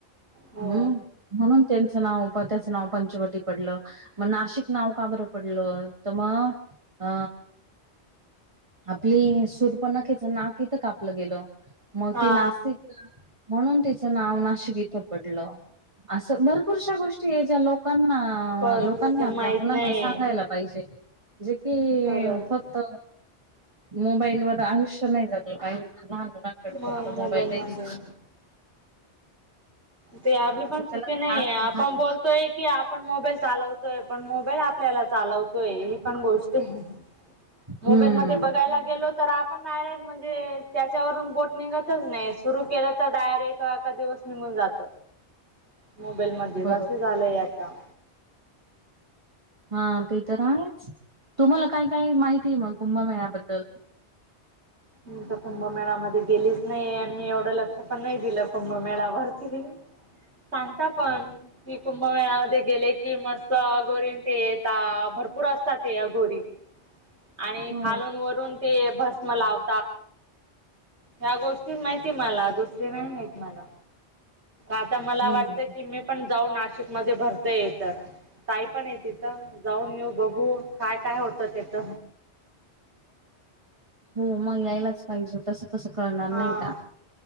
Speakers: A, on the right; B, on the right.
A: हो
B: हम्म म्हणून त्यांचं नावप त्याचं नाव पंचवटी पडलं मग नाशिक नाव का बरं पडलं तर मग अ आपली सूर पण न ख्याच नाक इथं कापलं गेल मग
A: हा
B: ती नाशिक म्हणून तिचं नाव नाशिक इथं पडलं असं भरपूरश्या गोष्टी आहे ज्या लोकांना ना
A: भरपूर
B: लोकांनी
A: तर
B: आपल्या
A: माहित
B: मुलांना
A: नाही
B: सांगायला पाहिजे जे कि
A: खरंच
B: फक्त मोबाईल वर आयुष्य नाही झाातलं पाही लह मुलांकडे
A: म
B: फक्त मोबाईल द्यायच
A: मध्ये ते आपली पण चुकी
B: त्याला काही
A: नाही
B: अर्थ
A: आपण
B: नाही.
A: बोलतोय की आपण मोबाईल चालवतोय पण मोबाईल आपल्याला चालवतोय ही पण गोष्ट आहे मोबाईल
B: हम्म
A: म बघायला गेलो तर आप आहे म्हणजे त्याच्यावरून बोट निघतच नाही सुरू के आता डायरे ए एका दिवस निघून जात मोबाईल मध्यें
B: बरोबर.
A: झालंय आता
B: हा ते तर आहे तुम्हाला काय काय माहितीय मग कुंभमे याबद्दल दल
A: मी तर कुंभमेळामध्येध्ये गेलीच नाही आणि एवढं लक्ष पण नाही दिलं कुंभमेळावर किती सांगता पण की कुंभमेळमध्ये गेले की मस्त गोरी ते येत भरपूर असतात ते अ गोरी आणि
B: हो.
A: खालून वरून ते भस्म लाव या गोष्टी माहितीय मला दुसरी नाही माहती मला आता मला
B: हम्म
A: वाटतं की मी पण जाऊ नाशिक मध्ये भरता ये तर ताई पण य तिथं जाऊन येऊ बघू काय काय होतं त्याथ
B: हो मग यायलाच पाहिजे तस कसं कळणार
A: हा
B: नाही का